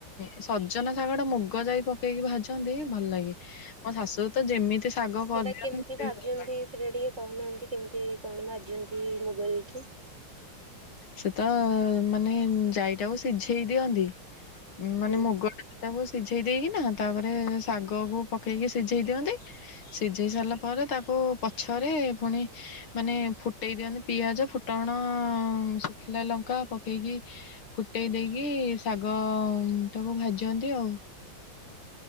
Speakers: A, on the left; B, on the right.
A: ଉ ସଜନା ଶାଗ ଟା ମୁଗ ଯାଇ ପକେଇକି ଭାଜନ୍ତି ଭଲ ଲାଗେ। ମୋ ଶାଶୁ ତ ଯେମିତି ଶାଗ କରିଦିଅନ୍ତି
B: ସେଟା କେମିତି ଭାଜନ୍ତି
A: ଭଲ ଲାଗେ।
B: ସେଟା ଟିକେ କହୁନାହାନ୍ତି କେମିତି କଣ ଭାଜନ୍ତି ମୁଗ ଯାଇ କି?
A: ସେ ତ ମାନେ ଯାଇଟାକୁ ସିଝେଇ ଦିଅନ୍ତି ମାନେ
B: ହୁଁ
A: ମୁଗ ତାକୁ ସିଝେଇ ଦେଇକି ନା ତାପରେ ଶାଗ କୁ ପକେଇକି ସିଝେଇ ଦିଅନ୍ତି। ସିଝେଇ ସାରିଲା ପରେ ତାକୁ ପଛରେ ପୁଣି ମାନେ ଫୁଟେଇ ଦିଅନ୍ତି ପିଆଜ ଫୁଟଣ ଶୁଖିଲା ଲଙ୍କା ପକେଇକି। ଫୁଟେଇ ଦେଇକି ଶାଗ ଟାକୁ ଭାଜନ୍ତି ଆଉ।